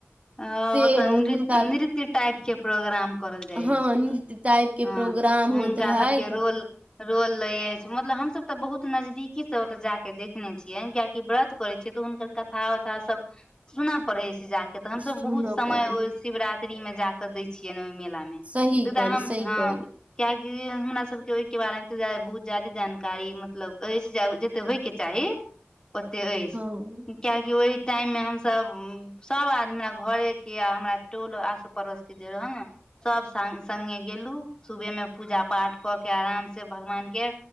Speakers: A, on the left; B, on the right.
A: आ
B: से
A: तऽ
B: हुनका
A: नृत-नृत्य टाइप के प्रोग्राम करल जाइ
B: हँ
A: अछि
B: नृत्य टाइप के
A: हँ
B: प्रोग्राम
A: हुनका
B: होइत रहथि
A: सबके रोल रोल ले अछि मतलब हमसभ तऽ बहुत नजदीकी से ओत जाक देखने छियै कियाकि व्रत करे छियै तऽ हुनकर कथा उथा सब सुनऽ पड़ै छै जाक तऽ हमस
B: सुनऽ
A: बहुत समय
B: पड़ै
A: ओ शिवरात्रि मे जाके दय छियै ने ओहि मेला मे
B: सही
A: <unintelligible>
B: कहली सही
A: हँ
B: कहली
A: कआकि हमरा सबके ओहि के बारे मे त बहुत जादे जानकारी मतलब अछि जे जते होय के चाही ओते अछि
B: हँ
A: कियकि ओहि टाइम मे हमसभ सब आदमी हमरा घरे के आ हमरा टोल आसो पड़ोस के जे रहै ने सब स संगे गेलू सुबह मे पूजा पाठ कऽ के आराम से भगवान के